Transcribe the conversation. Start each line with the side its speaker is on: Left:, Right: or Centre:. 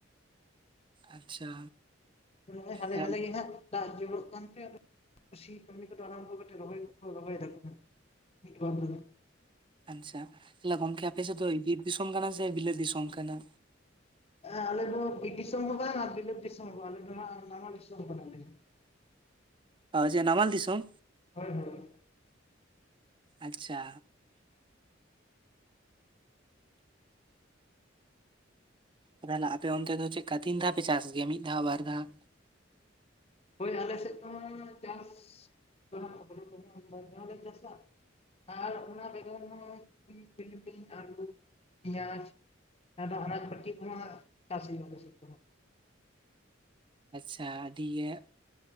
Right: ᱟᱪᱪᱷᱟ᱾
Left: ᱱᱚᱜᱼᱚᱭ ᱦᱟᱞᱮ
Right: ᱟᱪᱪᱷᱟ
Left: ᱦᱟᱞ ᱜᱮ ᱦᱟᱸᱜ ᱫᱟᱜ ᱡᱚᱨᱚᱜ ᱠᱟᱱᱛᱮ ᱟᱫ ᱥᱤ ᱠᱟᱹᱢᱤ ᱠᱚᱫᱚ ᱟᱨᱟᱢᱷᱵᱚ ᱠᱟᱛᱮ ᱨᱚᱦᱚᱭ ᱠᱚᱠᱚ ᱨᱚᱦᱚᱭ ᱫᱟᱠᱚ᱾ <unintelligible>
Right: ᱟᱪᱪᱷᱟ ᱛᱟᱞᱦᱮ ᱜᱚᱝᱠᱮ ᱟᱯᱮᱥᱮᱫ ᱫᱚ ᱵᱤᱨ ᱫᱤᱥᱚᱢ ᱠᱟᱱᱟ ᱥᱮ ᱵᱤᱞᱟᱹᱫ ᱫᱤᱥᱚᱢ ᱠᱟᱱᱟ?
Left: ᱦᱮᱸ ᱟᱞᱮ ᱫᱚ ᱵᱤᱨ ᱫᱤᱥᱚᱢ ᱦᱚᱸ ᱵᱟᱝ ᱟᱨ ᱵᱤᱞᱟᱹᱛ ᱫᱤᱥᱚᱢ ᱦᱚᱸ ᱵᱟᱝ, ᱟᱞᱮ ᱫᱚ ᱦᱟᱸᱜ ᱱᱟᱢᱟᱞ ᱫᱤᱥᱚᱢ ᱠᱟᱱᱟᱞᱮ᱾
Right: ᱡᱮ ᱱᱟᱢᱟᱞ ᱫᱤᱥᱚᱢ!
Left: ᱦᱳᱭ ᱦᱳᱭ᱾
Right: ᱟᱪᱪᱷᱟ᱾ ᱟᱜ ᱛᱟᱞᱦᱮ ᱟᱯᱮ ᱚᱱᱛᱮ ᱫᱚ ᱪᱮᱫᱠᱟ ᱛᱤᱱ ᱫᱷᱟᱣ ᱯᱮ ᱪᱟᱥ ᱜᱤᱭᱟ ᱢᱤᱫ ᱫᱷᱟᱣ ᱵᱟᱨ ᱫᱷᱟᱣ?
Left: ᱦᱳᱭ ᱟᱞᱮ ᱥᱮᱫ ᱢᱟ ᱪᱟᱥᱫᱚ ᱵᱟᱨ ᱫᱷᱟᱣ ᱞᱮ ᱪᱟᱥᱟ᱾ ᱟᱨ ᱚᱱᱟ ᱵᱮᱜᱚᱨ ᱦᱚᱸ <unintelligible> ᱟᱹᱞᱩ, ᱯᱮᱸᱭᱟᱡᱽ ᱟᱫᱚ ᱚᱱᱟ ᱟᱱᱟᱪ ᱯᱟᱛᱤ ᱠᱚᱦᱚᱸ ᱪᱟᱥ ᱦᱩᱭᱩᱜᱼᱟ ᱟᱞᱮᱥᱮᱫ ᱫᱚ ᱾
Right: ᱟᱪᱪᱷᱟ ᱟᱹᱰᱤ ᱜᱮ-